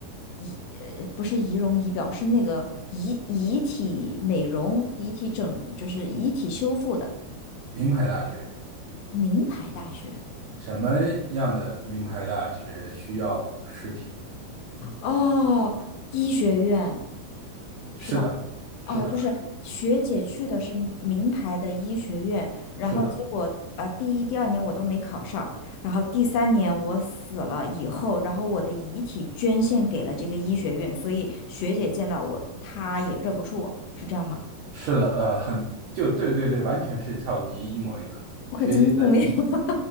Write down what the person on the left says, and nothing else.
仪，呃不是仪容仪表，是那个遗遗体美容、遗体整，就是遗体修复的
名牌大学。
哦，医学院
是吧？
哦，就是学姐去的是名牌的医学院，然后结果呃，
第一、第二年我都没考上，然后第三年我死了以后，然后我的遗体捐献给了这个医学院，所以学姐见到我，她也认不出我，是这样吗？
我可真聪明。
<laughs>